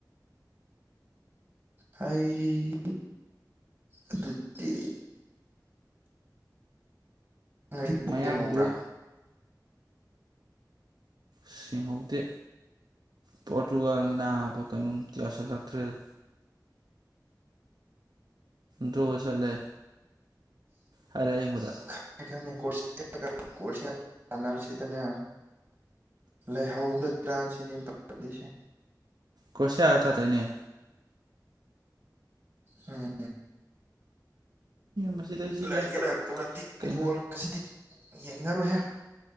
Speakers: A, on the right (about 25°); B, on the right (about 65°).
A: ꯍꯩ ꯑꯗꯨꯗꯤ ꯉꯁꯤ ꯕꯣꯜ
B: ꯃꯌꯥꯡꯗꯨ
A: ꯌꯦꯡꯍꯧꯕ꯭ꯔꯥ
B: ꯁꯤ ꯌꯦꯡꯍꯧꯗꯦ ꯄꯣꯔꯇꯨꯒꯜ ꯅꯥꯕ ꯀꯩꯅꯣꯝꯇ ꯌꯥꯎꯁꯤꯜꯂꯛꯇ꯭ꯔꯦꯗ ꯗ꯭ꯔꯣ ꯆꯠꯂꯦ ꯍꯥꯢꯂꯥꯢꯠ ꯌꯦꯡꯕꯗ
A: ꯈꯪꯉꯦ ꯈꯪꯉꯦ ꯀꯣꯔꯁꯤꯌꯥꯒ ꯀꯣꯔꯁꯤꯌꯥꯒ ꯁꯥꯟꯅꯕꯁꯤꯗꯅꯦ ꯂꯩꯍꯧꯒꯗ꯭ꯔꯥ ꯁꯤꯅꯦ ꯑꯩꯅ ꯄꯥꯈꯠꯂꯤꯁꯦ
B: ꯀꯣꯁꯤꯌꯥꯒ ꯇꯥꯗꯣꯢꯅꯦ
A: ꯎꯝ
B: ꯃꯁꯤꯗꯩꯁꯤꯗ
A: ꯂꯩꯒ ꯂꯩꯍꯧꯔꯗꯤ
B: ꯀꯩꯅꯣ
A: ꯕꯣꯜꯁꯤꯗꯤ ꯌꯦꯡꯅꯤꯡꯉꯔꯣꯏꯍꯦ